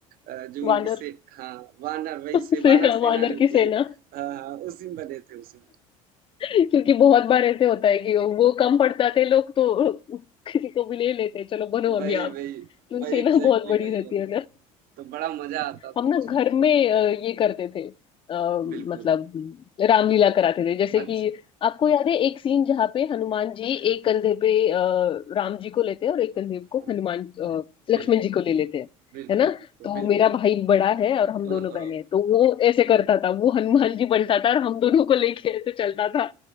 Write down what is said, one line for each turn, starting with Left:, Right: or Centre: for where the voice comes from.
Right: अ, जो
Left: वानर
Right: उनकी से हाँ, वानर वही
Left: <laughs>
Right: से
Left: सेना
Right: वानर सेना
Left: वानर
Right: जो
Left: की
Right: थी
Left: सेना
Right: अ, उसी में बने थे उसमें
Left: क्योंकि बहुत बार ऐसे होता है कि वो कम पड़ जाते हैं लोग तो किसी को भी ले लेते हैं चलो बनो
Right: वही
Left: अभी आप
Right: वही
Left: क्योंकि
Right: वही
Left: सेना
Right: एग्जैक्टली
Left: बहुत बड़ी
Right: exactly वही
Left: रहती
Right: होता
Left: है
Right: है तो बड़ा मजा आता
Left: हम
Right: था उसमें
Left: ना घर
Right: जो
Left: में अ, ये करते थे आ,
Right: बिल्कुल
Left: मतलब रामलीला कराते थे जैसे
Right: अच्छा
Left: कि आपको याद है एक सीन जहाँ पे हनुमान जी एक कंधे पे अ, राम जी को लेते हैं और एक कंधे को
Right: हाँ
Left: हनुमान अ, लक्ष्मण
Right: बिल्कुल
Left: जी को ले लेते हैं
Right: बिल्कुल
Left: है ना
Right: बिल्कुल
Left: तो
Right: बिल्कुल
Left: मेरा भाई
Right: बिल्कुल
Left: बड़ा है और हम
Right: हाँ
Left: दोनों
Right: हाँ,
Left: बहने हैं तो वो ऐसे करता था वो हनुमान जी बनता था और हम दोनों को लेके ऐसे चलता था